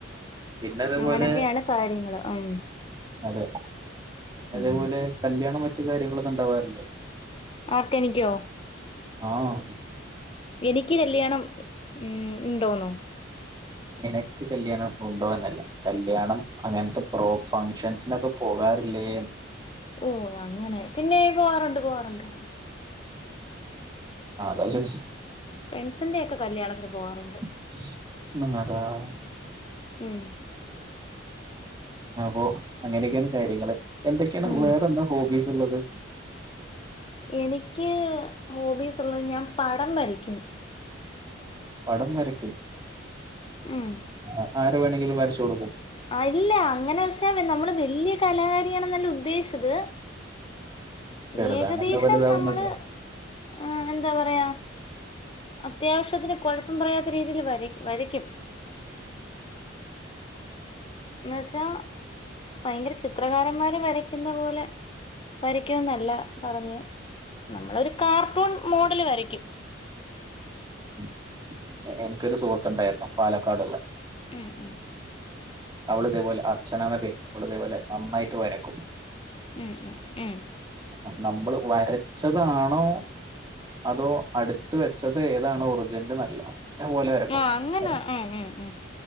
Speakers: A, on the right; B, on the left.
A: പിന്നെ അതേപോലെ
B: അങ്ങനൊക്കെയാണ് കാര്യങ്ങള് ഉം
A: അതെ
B: ഉം
A: അതേപോലെ കല്യാണം മറ്റു കാര്യങ്ങളൊന്നും ണ്ടാവാറില്ലേ
B: ആർക്ക് എനിക്ക്യോ
A: ആഹ്
B: എനിക്ക്യ് കല്യാണം ഉം ഇണ്ടോന്നോ
A: നിനക്ക് കല്യാണം ഉണ്ടോ എന്നല്ല കല്യാണം അങ്ങത്തെ ബ്രോക്സ് ഫംഗ്ഷൻസിനൊക്കെ പോകാറില്ലേന്ന്
B: ഓഹ് അങ്ങനെ പിന്നെ പോവാറുണ്ട് പോവാറുണ്ട്
A: അതാ <unintelligible>
B: ഫ്രണ്ട്സിന്റെ ഒക്കെ കല്യാണത്തിന് പോവാറുണ്ട്
A: <unintelligible>
B: ഉം
A: അപ്പൊ അങ്ങനെക്കേണ് കാര്യങ്ങള് എന്തൊക്കേണ്
B: ഉം
A: ഹു വേറെന്താ ഹോബീസ്ള്ളത്
B: എനിക്ക്യ് ഹോബീസ്ള്ളെ ഞാൻ പടം വരക്ക്യും
A: പടം വരയ്ക്ക്യും
B: ഉം
A: ആഹ് ആരെ വേണെങ്കിലും വരച്ചൊടുക്കും
B: അല്ല അങ്ങനെവച്ചാ മേ നമ്മള് വെല്ല്യ കലാകാരിയാണെന്നല്ല ഉദ്ദേശിച്ചത്
A: ചെറുതാണല്ലോ
B: ഏകദേശം
A: വലുതാവുന്നത്.
B: നമ്മള് ആഹ് എന്താ പറയാ അത്യാവശ്യത്തിന് കൊഴപ്പം പറയാത്ത രീതീല് വരയ് വരയ്ക്കും എന്നുവശാ ഭയങ്കര ചിത്രകാരന്മാര് വരക്ക്യുന്ന പോലെ വരയ്ക്കുന്നല്ല പറഞ്ഞെ നമ്മളൊരു കാർട്ടൂൺ മോഡല് വരയ്ക്കും
A: ഉം എ എനിക്കൊരു സുഹൃത്തുണ്ടായിരുന്നു പാലക്കാടുള്ളെ
B: ഉം ഉം
A: അവള് ഇതേപോലെ അർച്ചനാന്ന പേര് അവള് ഇതേപോലെ നന്നായിട്ട് വരക്കും
B: ഉം ഉം ഉം
A: ആഹ് നമ്മള് വരച്ചതാണോ അതോ അട്ത്ത് വെച്ചത് ഏതാണോ ഒർജിന്ല് ന്നർല്ലാ <unintelligible> പോലെ വരക്കും
B: ആഹ്
A: <unintelligible>
B: അങ്ങനെ ഉം ഉം ഉം